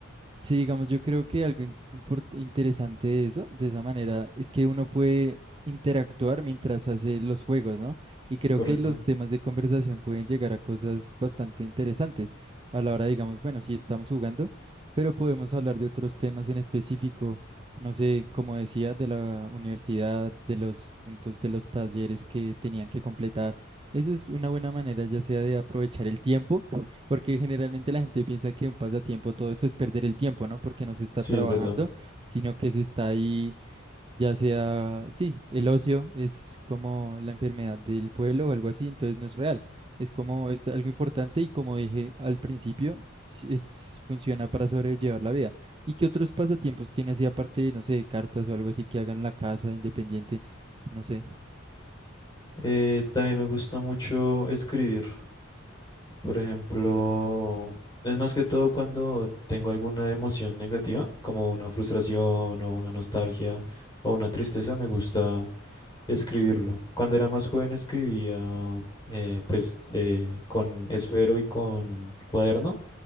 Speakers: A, on the right (about 25°); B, on the left (about 20°).
A: Sí, digamos, yo creo que algo in- import- interesante de eso, de esa manera, es que uno puede interactuar mientras hace los juegos, ¿no? Y creo
B: ¿correcto?
A: que los temas de conversación pueden llegar a cosas bastante interesantes a la hora, digamos, bueno, sí estamos jugando, pero podemos hablar de otros temas en específico, no sé, como decía, de la universidad, de los puntos de los talleres que tenían que completar. Eso es una buena manera, ya sea de aprovechar el tiempo porque generalmente la gente piensa que un pasatiempo, todo esto es perder el tiempo, ¿no? Porque no se está
B: Sí,
A: trabajando,
B: es verdad.
A: sino que se está ahí, ya sea, sí, el ocio es como la enfermedad del pueblo o algo así, entonces no es real. Es como, es algo importante y como dije al principio, s- es, funciona para sobrellevar la vida. ¿Y qué otros pasatiempos tiene así aparte de, no sé, cartas o algo así que hagan en la casa, independiente? No sé.
B: Eh, también me gusta mucho escribir. Por ejemplo, es más que todo cuando tengo alguna emoción negativa, como una frustración o una nostalgia o una tristeza, me gusta escribirlo. Cuando era más joven escribía eh, pues de, con esfero y con cuaderno,